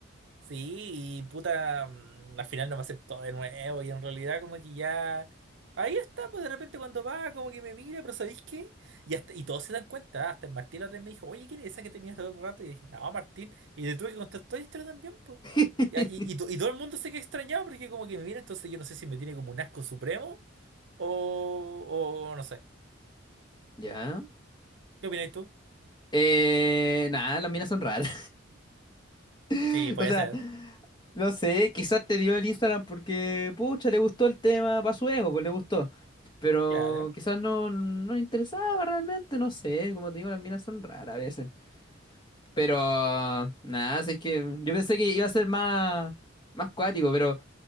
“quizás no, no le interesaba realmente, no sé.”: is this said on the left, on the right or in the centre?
Left